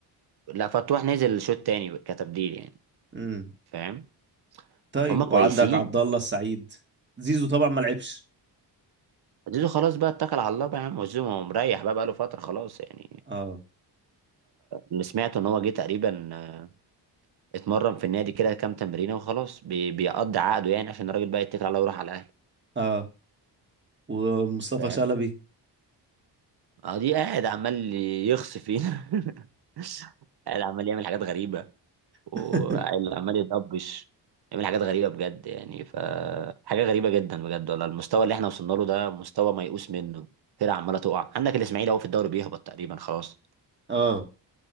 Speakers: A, on the right; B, on the right.
A: لا فتوح نزل شوط تاني كتبديل يعني
B: امم
A: فاهم
B: طيب
A: هما كويسين
B: وعندك عبد الله السعيد زيزو طبعا ما لعبش
A: زيزو خلاص بقى اتكل على الله بقى يا عم وزيزو مريح بقى بقاله فترة خلاص يعني
B: اه
A: اللي سمعته ان هو جه تقريبا آه، اتمرن في النادي كده كام تمرينة وخلاص بي- بيقضي عقده يعني عشان الراجل بقى يتكل على الله ويروح على الاهلي
B: اه ومصطفى
A: فاهم
B: شلبي
A: اه دي قاعد عمال يخص فينا <laughs> قاعد عمال يعمل حاجات غريبة وعمال
B: <laughs>
A: يضبش يعمل حاجات غريبة بجد يعني فحاجة غريبة جدا بجد والله المستوى اللي احنا وصلنا له ده مستوى ميؤوس منه فرقة عمالة تقع عندك الإسماعيلي اهو في الدوري بيهبط تقريبا خلاص
B: اه